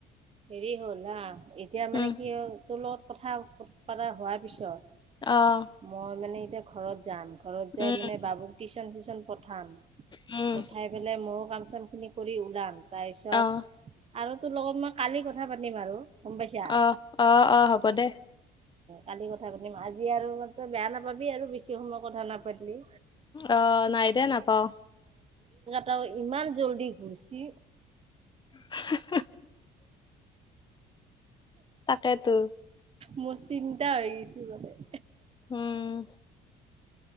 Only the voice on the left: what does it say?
উম
অ'
উম
উম
অ'।
অ' অ' অ' হ'ব দে
অ নাই দে নাপাও।
<unintelligible> তাকেইতো।
উম।